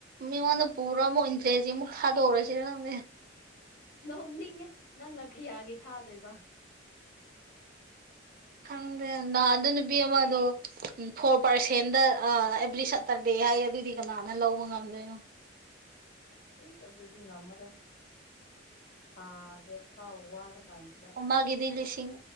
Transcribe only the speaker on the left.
ꯅꯣꯡꯅꯤꯡꯉꯦ ꯅꯪꯅ ꯀꯤꯌꯥꯒꯤ ꯊꯥꯗꯣꯏꯕ
ꯑꯦꯁ ꯑꯗꯨꯗꯤ ꯉꯝꯃꯔꯣꯏ ꯊꯥꯗ ꯊꯥꯎ ꯋꯥꯔ ꯀꯥꯟꯁꯤꯗ